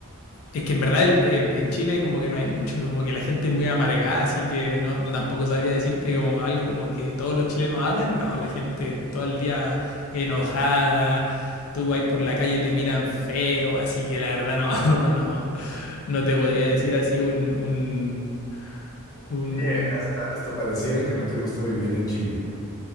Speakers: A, on the left; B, on the left.
A: Es que en verdad el- eh, en Chile como que no hay mucho, como que la gente es muy amargada, así que no, no tampoco sabría decirte como algo como que todos los chilenos hagan, no, la gente todo el día enojada, tú vas por la calle te miran feo, así que la verdad no, <laughs> no, no te podría decir así un, un, un,
B: Oye,
A: un-
B: hasta, hasta pareciera que no te gusta vivir en Chile.